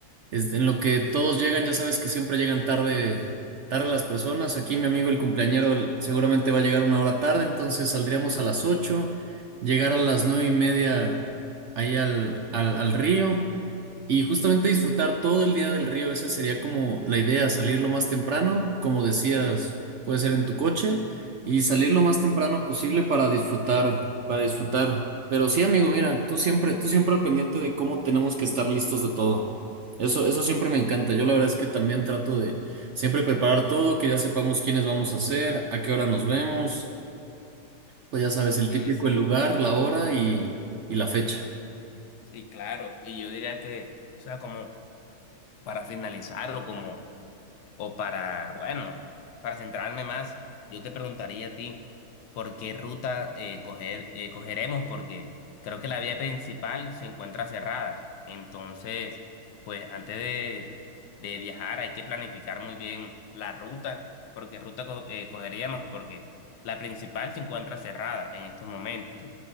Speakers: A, on the right (about 60°); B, on the left (about 80°).
A: es- en lo que todos llegan, ya sabes que siempre llegan tarde, tarde las personas, aquí mi amigo el cumpleañero el- seguramente va a llegar una hora tarde, entonces saldríamos a las 8, llegar a las nueve y media ahí al, al al río. Y justamente disfrutar todo el día del río, esa sería como la idea, salir lo más temprano, como decías, puede ser en tu coche, y salir lo más temprano posible para disfrutar, para disfrutar. Pero sí, amigo, mira, tú siempre, tú siempre al pendiente de cómo tenemos que estar listos de todo. Eso, eso siempre me encanta. Yo la verdad es que también trato de siempre preparar todo, que ya sepamos quiénes vamos a ser, a qué hora nos vemos, pues ya sabes, el
B: Sí,
A: típico,
B: sí,
A: el lugar, la hora y, y la fecha.
B: sí, claro. Y yo diría que, o sea, como para finalizar o como O para, bueno, para centrarme más, yo te preguntaría a ti por qué ruta eh, coger, eh, cogeremos, porque creo que la vía principal se encuentra cerrada. Entonces, pues antes de, de viajar hay que planificar muy bien la ruta, porque ruta co- eh, cogeríamos, porque la principal se encuentra cerrada en estos momentos.